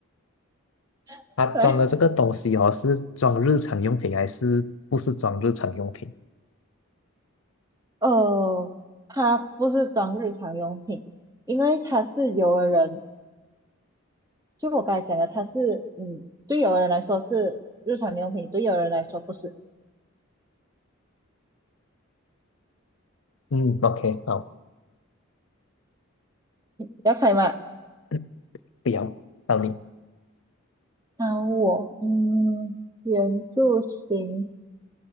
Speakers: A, on the right; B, on the left.
A: <laughs>
B: 它装的这个东西哦，
A: 对，
B: 是装日常用品还是不是装日常用品？
A: 哦，它不是装日常用品，因为它是有的人，就我刚才讲的，它是嗯，对有的人来说是日常用品，对有的人来说不是。
B: 嗯，OK，好，
A: 你要猜吗？
B: <clears throat> 不要，到你。
A: 找我，嗯，圆柱形，